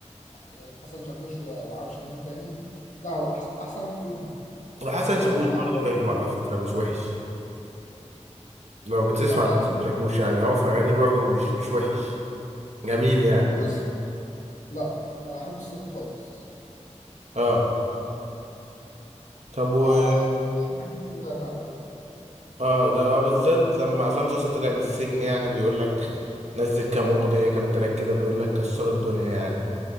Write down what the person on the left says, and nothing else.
يعني حسن شاكوش و- ومعرفش مين تاني لا هو أحسن, أحسن واحد فيهم
هو
هو
أغاني
بص لا أنا ما بحبش صوته خالص
فيعني بحبه غيرها بقى